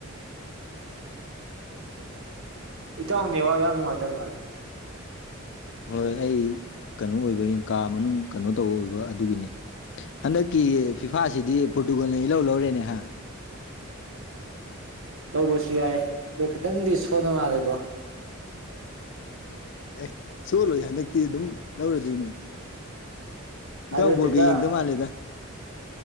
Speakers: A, on the right; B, on the left.
A: ꯏ ꯇꯥꯎꯅꯤ ꯋꯥ ꯌꯥꯝ ꯅꯨꯡꯉꯥꯏ ꯇ ꯃꯥꯗꯅꯦ
B: ꯍꯣꯏ ꯑꯩ ꯀꯩꯅꯣ ꯑꯣꯏꯕꯒꯤ ꯀꯥ ꯃꯅꯨꯡ ꯀꯩꯅꯣ ꯇꯧꯕ ꯑꯣꯏꯕ ꯑꯗꯨꯒꯤꯅꯤ ꯍꯟꯗꯛ ꯀ ꯐꯤꯐꯥꯁꯤꯗꯤ
A: ꯑꯣ
B: ꯄꯣꯔꯇꯨꯒꯜꯅ ꯏꯜꯍꯧ ꯂꯧꯔꯦꯅꯦ ꯍꯥꯏ
A: ꯍꯧꯕꯁꯨ ꯌꯥꯏ ꯑꯗꯣ ꯈꯤꯇꯪꯗꯤ ꯁꯣꯟꯅ ꯃꯥꯜꯂꯦꯀꯣ
B: ꯑꯦ ꯁꯣꯜꯂꯣꯏ ꯍꯟꯗꯛꯇꯤ ꯑꯗꯨꯝ ꯂꯧꯔꯗꯣꯏꯅꯦ
A: ꯊꯥꯖꯗꯦꯗ
B: ꯈꯤꯇꯥꯎ ꯕꯣꯣꯔꯒ ꯌꯦꯡꯗꯧ ꯃꯥꯜꯂꯦꯗ